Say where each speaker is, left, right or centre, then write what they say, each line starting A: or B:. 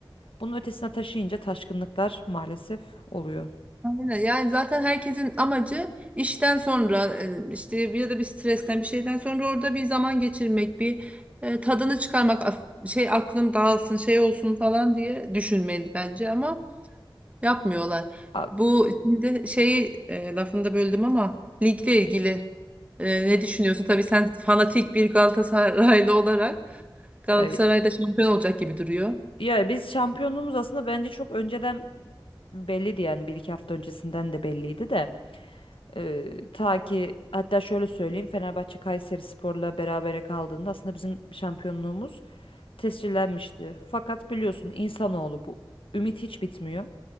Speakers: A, on the left; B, on the right.
A: Bunun ötesine taşıyınca taşkınlıklar maalesef oluyor.
B: Aynen. Yani zaten herkesin amacı işten sonra e, işte ya da bir stresten bir şeyden sonra orada bir zaman geçirmek, bir e, tadını çıkarmak, af- şey aklım dağılsın, şey olsun falan diye düşünmeli bence ama yapmıyorlar.
A: A-
B: Bu şimdi şeyi e, lafını da böldüm ama ligle ilgili Ee, ne düşünüyorsun? Tabii sen fanatik bir Galatasaraylı olarak Galatasaray'da
A: ay-
B: şampiyon olacak gibi duruyor.
A: Yani biz şampiyonluğumuz aslında bence çok önceden belliydi yani bir iki hafta öncesinden de belliydi de. Ee, ta ki hatta şöyle söyleyeyim Fenerbahçe Kayseri Spor'la berabere kaldığında aslında bizim şampiyonluğumuz tescillenmişti. Fakat biliyorsun insanoğlu bu. Ümit hiç bitmiyor.